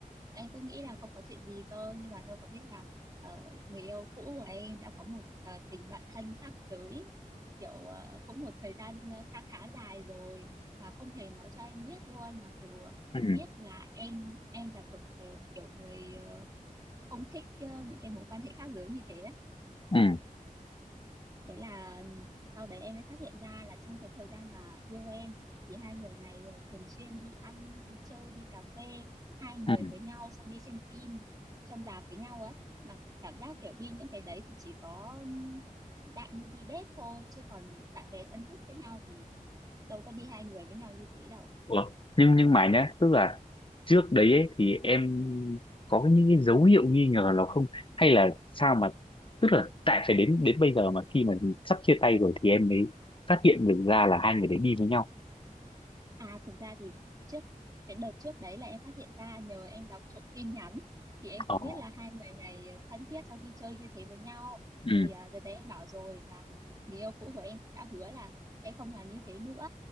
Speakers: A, on the right (about 25°); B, on the left (about 35°).
A: anh cứ nghĩ là không có chuyện gì cơ nhưng mà đâu có biết là ờ, người yêu cũ của em đã có một ờ, tình bạn thân khác giới kiểu ờ, cũng một thời gian ờ, khá khá dài rồi mà không hề nói cho em biết luôn mặc dù
B: Ừ.
A: cũng biết là em em là thuộc ờ, kiểu người ờ, không thích ờ, những cái mối quan hệ khác giới như thế
B: Ừ.
A: thế là sau đấy em mới phát hiện ra là trong cái thời gian mà yêu em thì hai người này thường xuyên đi ăn đi chơi đi cà phê hai người
B: Ừ.
A: với nhau xong đi xem phim trong rạp với nhau ấy mà cảm giác kiểu đi những cái đấy thì chỉ có dạng như đi date thôi chứ còn bạn bè thân thích với nhau thì đâu có đi hai người với nhau như thế đâu
B: Ủa, nhưng nhưng mà nhá, tức là trước đấy ấy, thì em có cái- những cái dấu hiệu nghi ngờ nào không? Hay là sao mà tức là tại phải đến đến bây giờ mà khi mà sắp chia tay rồi thì em mới phát hiện được ra là hai người đấy đi với nhau.
A: À thực ra thì trước cái đợt trước đấy là em phát hiện ra nhờ em đọc trộm tin nhắn thì em
B: Ồ,
A: có biết là hai người này thân thiết sau khi chơi như thế với nhau
B: Ừ.
A: thì à, đợt đấy em bảo rồi và người, người yêu cũ của em cũng đã hứa là sẽ không làm như thế nữa